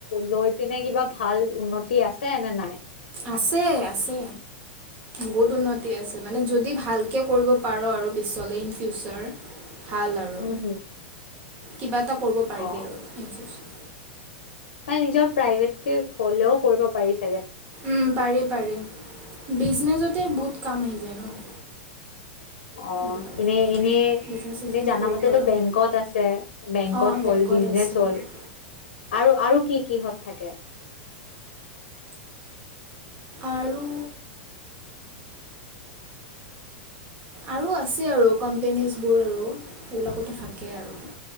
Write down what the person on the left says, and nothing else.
লৈ পিনে কিবা ভাল উন্নতি আছে নে নাই?
উম হুম
অ
মানে নিজৰ প্ৰাইভেট কে হ'লেও কৰিব পাৰিছ
অ
অ',
এনে এনেই
এনেই জানা
মতেটো
বেংকত আছে, বেংকত
হ'ল,
বিজনেচ
হ'ল। আৰু আৰু কি কিহত থাকে?